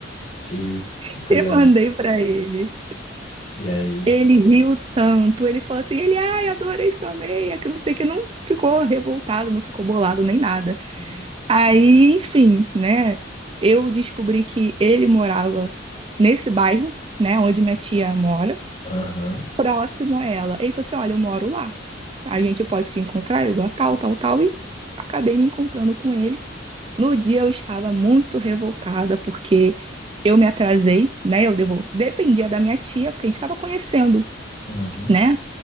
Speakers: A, on the left; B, on the right.
A: Que, que
B: <laughs>
A: coisa
B: Eu mandei
A: linda.
B: pra ele.
A: E aí?
B: Ele riu tanto. Ele falou assim: ele, ai, adorei sua meia, que não sei o que. Não ficou revoltado, não ficou bolado nem nada.
A: Uhum.
B: Aí, enfim, né? Eu descobri que ele morava nesse bairro, né, onde minha tia mora,
A: Aham.
B: próximo a ela. Ele falou assim: olha, eu moro lá. A gente pode se encontrar, eu lugar tal, tal, tal. E acabei me encontrando com ele. No dia eu estava muito revoltada porque eu me atrasei, né? Eu devo... dependia da minha tia, porque a gente estava conhecendo,
A: Uhum.
B: né?